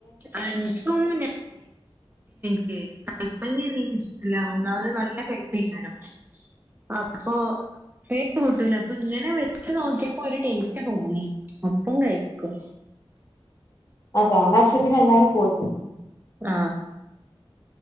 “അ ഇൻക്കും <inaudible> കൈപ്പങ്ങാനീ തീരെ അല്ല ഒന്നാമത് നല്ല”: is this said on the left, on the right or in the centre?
Right